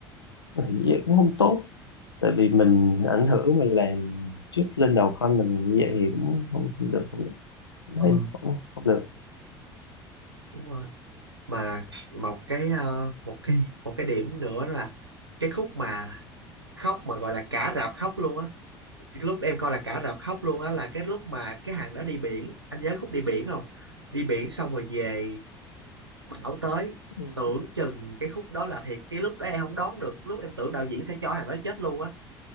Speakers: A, on the left; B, on the right.
A: thì như vậy cũng không tốt tại vì mình ảnh hưởng mà làm chút lên đầu con mình như vậy thì cũng không không được không được Anh
B: Ờ.
A: thấy không, không được
B: đúng rồi mà một cái ờ, một cái một cái điểm nữa là cái khúc mà khóc mà gọi là cả rạp khóc luôn á Cái lúc em coi là cả rạp khóc luôn á là cái lúc mà cái hàng đó đi biển anh nhớ khúc đi biển không đi biển xong rồi về bão tới
A: Ừ.
B: tưởng chừng cái khúc đó là thiệt cái lúc đó em không đoán được lúc em tưởng đạo diễn sẽ cho hàng đó chết luôn á